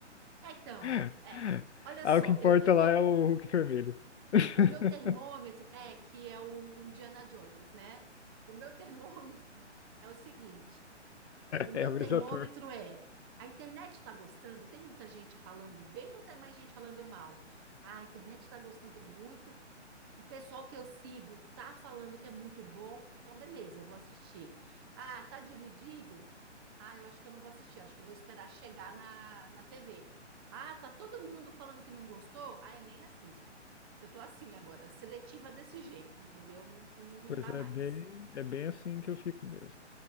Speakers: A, on the right; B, on the left.
A: É, então,
B: <laughs>
A: é, olha
B: Ah,
A: só,
B: o que importa
A: eu, eu
B: lá
A: tô,
B: é o Hulk vermelho. <laughs>
A: o meu termômetro é que é o Indiana Jones, né? O meu termômetro <laughs> é o seguinte: o meu
B: É o
A: termômetro
B: mesmo ator.
A: é a internet está gostando, tem muita gente falando bem ou tem mais gente falando mal? Ah, a internet está gostando muito, o pessoal que eu sigo tá falando que é muito bom, então beleza, eu vou assistir. Ah, tá dividido? Ah, eu acho que eu não vou assistir, eu acho que eu vou esperar chegar na, na TV. Ah, tá todo mundo falando que não gostou? Ah, eu nem assisto. Eu tô assim agora, seletiva desse jeito, entendeu? Não, não
B: Pois
A: dá
B: é
A: mais.
B: bem, é bem assim que eu fico mesmo.